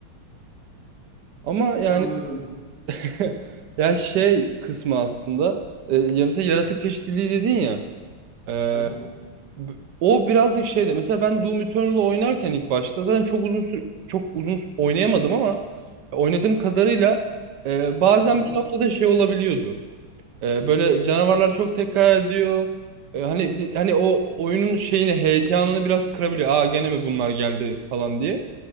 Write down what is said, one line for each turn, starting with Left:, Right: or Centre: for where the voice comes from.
Right: Ama yani
Centre: Anladım.
Right: <laughs> ya şey kısmı aslında e, ya mesela yaratık çeşitliliği dedin ya. E,
Centre: Aha.
Right: B- O birazcık şeyde mesela ben Doom Eternal'ı oynarken ilk başta zaten çok uzun süre çok uzun sü- oynayamadım ama e, oynadığım kadarıyla e, bazen
Centre: Hı hı.
Right: bir noktada şey olabiliyordu. E, böyle canavarlar çok tekrar ediyor. E, hani bi- hani o oyunun şeyini heyecanını biraz kırabiliyor. Aa gene mi bunlar geldi falan diye.